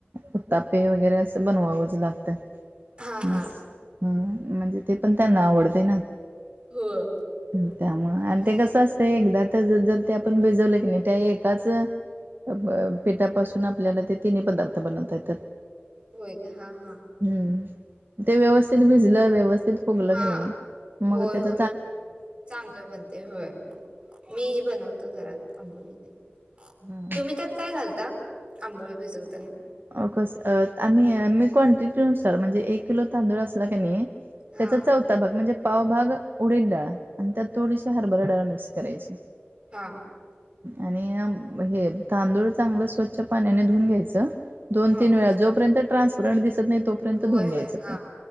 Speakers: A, on the right; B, on the right.
A: उत्तापे वगैरे असं बनवावंच लागतं,
B: हा
A: हं
B: हा
A: हम्म म्हणजे ते पण त्यांना आवडतंय ना
B: <unintelligible>
A: हम्म त्यामुळं
B: हा
A: आणि ते कसं असतंय एकदा त जर ते आपण भिजवलं की नाय त्या एकाच अब पिठापासून आपल्याला ते तिन्ही पदार्थ बनवता येतात.
B: होय का हा हा
A: हम्म ते व्यवस्थित भिजलं, व्यवस्थित फुगलं
B: हा
A: क नाई
B: होय
A: मग त्याज
B: होय चांगलं बनतय होय मी ही बनवतो घरात अबोली ते
A: हां.
B: तुम्ही त्यात काय घालता? आंबोळी भिजवताना?
A: अ कस आम्ही मिर्च क्वांटिटीनुसार म्हणजे एक किलो तांदूळ असला कणी त्याचा
B: हां,
A: चौथा भाग म्हणजे पावभाग उडीट डाळ आणि त्यात थोडीशी हरभरा डाळा मिक्स करायची.
B: हा
A: आणि मग हे तांदूळ चांगलं स्वच्छ पाण्याने धुऊून घ्यायचं. दोन
B: हां.
A: -तीन वेळा जोपर्यंत ट्रान्सपरंट दिसत नाही तोपर्यंत
B: होय,
A: धुन घ्यायचं
B: होय. हां,
A: ते